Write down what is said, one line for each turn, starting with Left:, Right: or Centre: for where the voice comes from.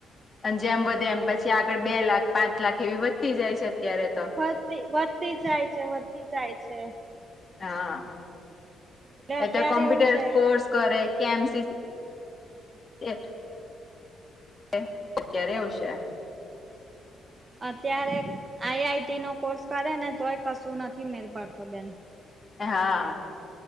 Left: અને જેમ વધે એમ પછી આગળ બે લાખ પાંચ લાખ એવી વધતી જાય છે અત્યારે તો
Right: વધતી વધતી જાય છે વધતી જાય છે
Left: હા
Right: એટલે અત્યારે
Left: એ તો કોમ્પ્યુટર
Right: એવું છે.
Left: કોર્સ કર કે એમસીસી એ જ <inaudible> અત્યારે આવશે.
Right: અત્યારે આઈઆઈટી નો કોર્સ કરે ને તોય કશું નથી મેળ પડતો બેન
Left: હા.